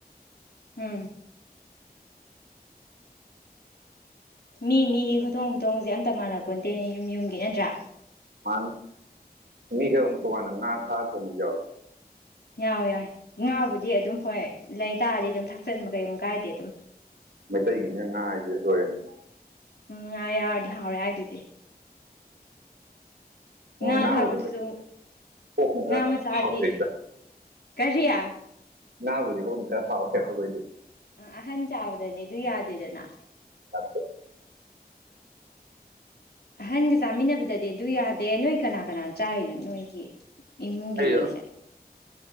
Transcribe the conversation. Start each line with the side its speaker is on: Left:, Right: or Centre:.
Left: ꯎꯝ꯫ ꯃꯤ ꯃꯤꯒꯤ ꯈꯨꯊꯣꯡ ꯈꯨꯗꯣꯡꯁꯦ ꯑꯝꯇ ꯃꯥꯟꯅ ꯄꯨꯟꯇꯦꯅꯦ ꯌꯨꯝ ꯌꯨꯝꯒꯤ ꯅꯠꯇ꯭ꯔꯥ꯫
Right: ꯃꯥ ꯃꯤꯈꯃꯨꯛ ꯇꯣꯉꯥꯟꯅ ꯉꯥ ꯊꯥꯑ ꯊꯣꯡꯕꯖꯨ ꯌꯥꯎꯑꯦ꯫
Left: ꯌꯥꯎꯏ ꯌꯥꯎꯏ ꯉꯥꯕꯨꯗꯤ ꯑꯗꯨꯝ ꯍꯣꯏ ꯂꯩꯇꯥꯥꯔꯗꯤ ꯑꯗꯨꯝ ꯊꯥꯛꯆꯟꯕ ꯀꯩꯒꯨꯝ ꯀꯥꯏꯗꯦ ꯑꯗꯨꯝ꯫
Right: ꯃꯩꯇꯩꯒꯤꯅ ꯉꯅꯥ ꯍꯥꯏꯖꯤꯗ ꯂꯣꯏꯔꯦꯅꯦ꯫
Left: ꯎꯝ ꯉꯥ ꯌꯥꯎꯔꯗꯤ ꯍꯥꯎꯔꯦ ꯍꯥꯏꯗꯨꯗꯤ꯫ ꯉꯥ
Right: ꯑꯣ ꯉꯥꯕꯨꯗꯕꯨꯗꯤ
Left: ꯊꯥꯛꯄꯗꯨꯁꯨ
Right: ꯑꯣꯛꯅ ꯈꯔ
Left: ꯉꯥ ꯃꯆꯥꯗꯤ
Right: ꯍꯥꯎꯖꯩꯗ
Left: ꯀꯔꯤꯌꯥ꯫
Right: <unintelligible>
Left: ꯑ ꯑꯍꯟ ꯆꯥꯕꯗꯗꯤ ꯑꯗꯨ ꯌꯥꯗꯦꯗꯅ꯫
Right: <unintelligible>
Left: ꯑꯍꯟꯒ ꯆꯥꯃꯤꯟꯅꯕꯗꯗꯤ ꯑꯗꯨ ꯌꯥꯗꯦ ꯅꯣꯏ ꯀꯅꯥ ꯀꯅꯥ ꯆꯥꯔꯤꯅꯣ ꯅꯣꯏꯒꯤ꯫ ꯏꯃꯨꯡꯒꯤ
Right: ꯑꯩꯗꯣ꯫
Left: ꯃꯤꯁꯦ